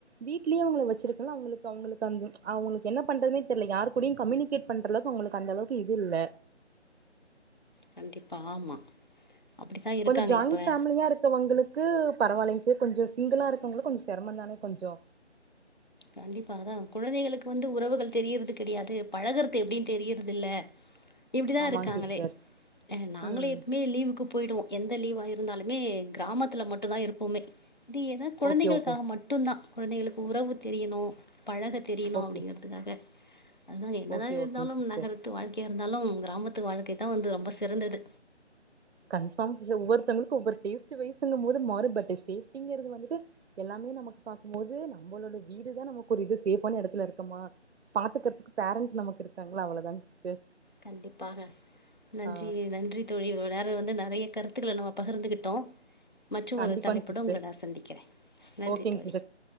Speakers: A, on the right; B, on the left.
A: வீட்லேயே அவுங்க வச்சிருக்கன்னு அவங்களுக்கு அவங்களுக்கு என்ன பண்றதுனே தெரியல யாரு கூடயு கம்யூனிகேட் பண்ற அளவுக்கு உங்களுக்கு அந்த அளவுக்கு இது இல்ல
B: கண்டிப்பா ஆமா அப்படித்தான் இருக்காங்க
A: கொஞ்சோ ஜாயிண்ட்
B: இப்ப.
A: ஃபேமிலியா இருக்குவங்களுக்கு க்கு பரவாயில்லைங்கே கொஞ்சோ சிங்கிளா இருக்கவங்கலக்கு கொஞ்சோ சிரம தானே கொஞ்சோ
B: கண்டிப்பாதா குழந்தைகளுக்கு வந்து உறவுகள் தெரிகிறது கிடையாது பழகறது எப்டின் தெரியுறது இல்ல இப்படிதா
A: ஆமாங்க
B: இருக்காங்களே
A: சிஸ்டர்
B: நாங்களு
A: ம்
B: எப்பயு லீவுக்கு போயிடுவோ எந்த லீவா இருந்தாலுமே கிராமத்தில மட்டு தா இருப்போமே இது ஏத குழந்தைகளுக்காக
A: ஓகே ஓகே
B: மட்டு மட்டு தா குழந்தைங்களுக்கு உறவு தெரியணு பழக தெரியணு
A: ஓகே
B: அப்படிங்குறதுக்காக அதுதா என்னதா
A: ஓகே
B: இருந்தாலு
A: ஓகேங்க சிஸ்டர்
B: நகரத்து வாழ்க்கையா இருந்தாலு கிராமத்துக்கு வாழ்க்கை தா வந்து ரொம்ப சிறந்தது
A: கன்பார் ஒவ்வொத்தவங்கக்கு ஒவ்வொரு டேஸ் வயசுங்க போது மாறு பட்டுச்சி சேப்டின்னு வந்துட்டு எல்லாமே நமக்கு பாக்குபோது நம்மளோட வீடுதா நமக்கு ஒரு இது சேஃப்பான இடத்துல இருக்கமா பாத்துகுறதுக்கு பேரண்ட்ஸ் நமக்கு இருக்காங்களா அவ்ளோதா சிஸ்டர்
B: கண்டிப்பாக நன்றி
A: ஆ
B: நன்றி தோழி இவ்வளவு நேரோ வந்து நேறைய கருத்துக்களை நம்ம பகிர்ந்துகிட்டோ மட்டும்
A: கண்டிப்பாங்க
B: ஒரு தலைப்போட
A: சிஸ்டர்
B: உங்களை நான் சந்திக்கிறே நன்றி
A: ஓகேங்க
B: தோழி